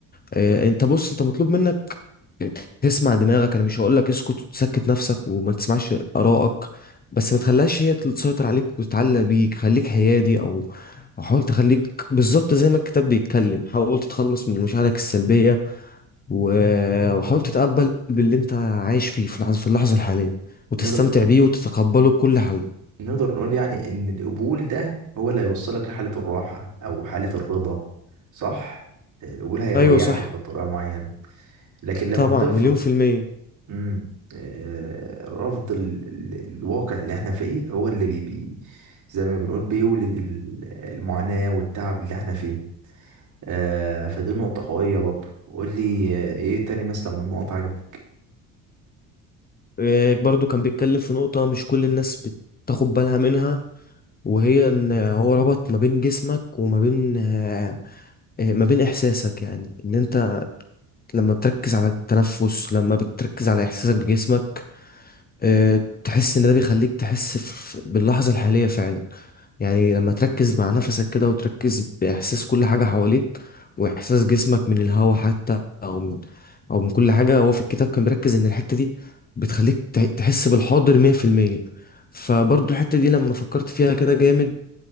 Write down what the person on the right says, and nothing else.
نقدر نقول
نقدر نقول يعني إن القبول ده هو اللي هيوصلك لحالة الراحة أو حالة الرضا صح؟ القبول هيريحك
بطريقة معينة لكن لما
بترفض
مم. آه، رفض ال... ال- الواقع اللي احنا فيه هو اللي بي... بي... زي ما بنقول بيولد ال- المعاناة والتعب اللي احنا فيه آه فدي نقطة قوية برضه قول لي آه، ايه تاني مثلا من نقط عجبك